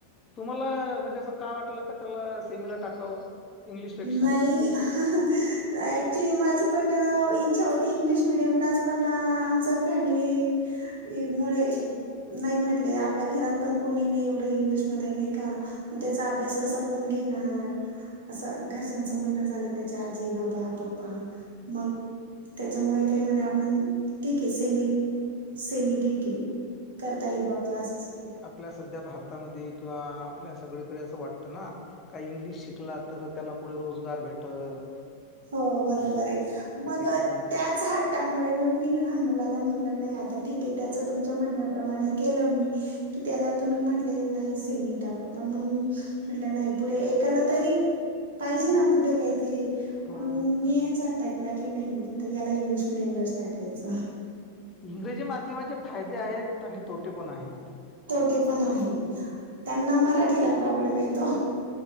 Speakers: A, on the left (about 25°); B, on the right (about 60°).
A: तुम्हांला म्हणजे असं कायं वाटलं कां त्यांला सेमीला टाकावं. इंग्लिशपेक्षा?
B: नाहीं हमं ऍक्च्युली माझी पणं इच्छा होती इंग्लिश मिडियमलांच पणं आमची फॅमिली. मुळें नाहीं म्हटले आपल्यां घरांत पणं कोणी नाहीं एवढं इंग्लिशमध्यें नाहीं कां. मंग त्यांचा अभ्यांस कसां कोणं घेणारं. असं घरच्यांचं म्हणणं झालं त्यांच्या आजी बाबां पप्पा मंग. त्यांच्यामुळे कायं म्हणे आपणं ठीक आहे सेमी सेमी ठीक आहे. करतां एईल बां क्लासेस.
A: आपल्यां संध्या भारतांमध्ये किंवा आपल्यां सगळींकडे असं वाटतं नां कांहीं इंग्लिश शिकलांत. तरं त्यांला पुढे रोजगांर भेटलं
B: हो बरोबर आहे मंग
A: करल.
B: त्याचं हां त्यांमुळे मंग मी लहांन मुलांला म्हटलं नाहीं आंता ठीक आहे त्याचं तुमच्या म्हणण्यांप्रमाणे केलं मी कि त्यांला तुम्हीं म्हटले नाहीं सेमी टाकूं पणं मंग म्हटलं नाहीं पुढे एकांला तरी पाहिजे नां पुढे कांहीतरी
A: हो.
B: म मी याच आता केला की नाही आता याला इंग्लिश मिडियमलाच टाकायचं.
A: इंग्रजी माध्यमाच्या फायदे आहेत आणि तोटे पण आहेत.
B: तोटे पण आहे त्यांना मराठीला प्रॉब्लेम येतो.